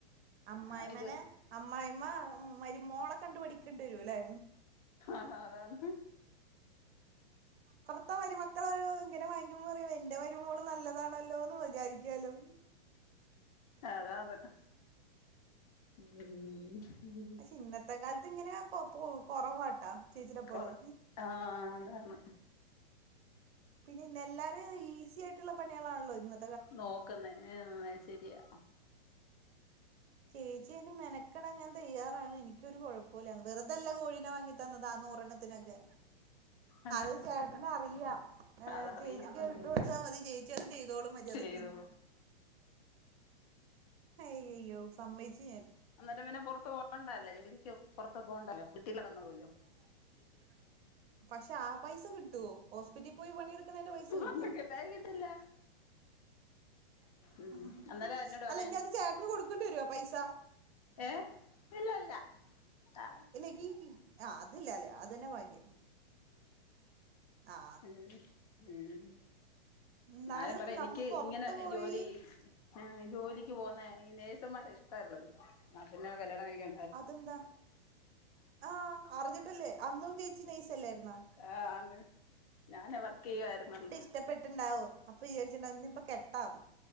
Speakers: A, on the right; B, on the left.
A: അമ്മായിമന
B: ആ ഇത്
A: അമ്മായിമ്മ മരുമോളെ കണ്ടു പഠിക്കേണ്ടി വരുല്ലേ
B: ആഹ് അതാണ്
A: ഇത്ത മരുമക്കൾ ഇങ്ങനെ വാങ്ങിക്കുമ്പോൾ പറോ എന്റെ മരുമോള് നല്ലതാണല്ലോ എന്ന് വിചാരിക്കാലോ
B: അതാണ് ഉം
A: പക്ഷെ ഇന്നത്തെ കാലത്ത് ഇങ്ങനെ കൊ പോ കൊറവാട്ടാ ചേച്ചിടെ പോലെ
B: കൊറ ആഹ് അതാണ്
A: പിന്നെ ന്നെല്ലാരും ഈസി ആയിട്ടുള്ള പണികളാണല്ലോ ഇന്ന്
B: നോക്കുന്നെ ഏഹ് ശെരിയാ
A: ചേച്ചി അയിന് മെനക്കെടാൻ ഞാൻ തയ്യാറാണ് എനിക്കൊരു കൊഴപ്പുല്ല വെറുതല്ല വെറ്തല്ല കോഴിനെ വാങ്ങി എടുത്തന്നതാ നൂറെണ്ണത്തിനൊക്കെ
B: അതാ
A: അത് ചേട്ടന് അറിയാം ഏഹ്
B: അതറിയും
A: ചേച്ചിക്ക്
B: ഉം
A: വിട്ടൊടുത്താ മതി ചേച്ചി അത് ചെയ്തോളും മര്യാദിക്ക്ന്ന്
B: ചെയ്തോളും
A: അയ്യോ സമ്മയ്ച്ച് ഞാൻ
B: അന്നിട്ട് പിന്നെ പൊറത്ത് പോകണ്ടല്ലോ ജോലിക്ക് പൊറത്ത് പോകണ്ടല്ലോ വീട്ടിലവിടെ നിന്നോളല്ലോ
A: <inaudible> പക്ഷെ ആ പൈസ കിട്ടോ ഹോസ്പിറ്റി പോയി പണിയെടുക്കുന്നേന്റെ പൈസ കിട്ടോ
B: അതൊക്കെ കിട്ടില്ല
A: <inaudible>
B: ഉം അന്നേരം എന്നോട് പറയാ
A: അല്ല ഇഞ്ഞത് ചേട്ടന് കൊടുക്കെണ്ടി വരോ പൈസ
B: ഏഹ് ഇല്ല ഇല്ല ആഹ്
A: ഇല്ലങ്കി ഈ ആഹ് അതില്ലല്ലെ അതന്നെ ഭാഗ്യം ആ
B: ഏഹ് ഏഹ്
A: എന്നാലും
B: ആരും പറയാ
A: നമ്മ
B: എനിക്ക്
A: പൊറത്ത്
B: ഇങ്ങനെ
A: പോയി
B: ജോലിയ്യും ആഹ് ജോലിക്ക് പോവുന്ന ഈ നേഴ്സുമാരെ ഇഷ്ട്ടവല്ലന്ന് ഇന്നാ പിന്നെ കല്യാണം കഴിക്ക
A: അതെന്താ, ആഹ് അറിഞ്ഞിട്ടല്ലേ അന്നും ചേച്ചി നേഴ്സെല്ലായിരുന്നോ
B: ആ അന്ന് ഞാനന്ന് വർക്കെയ്യുവായിരുന്നന്ന്
A: ഇഷ്ട്ടപ്പെട്ട്ണ്ടാവും. അപ്പം വിചരിച്ചിണ്ടാവും ഇനിപ്പം കെട്ടാം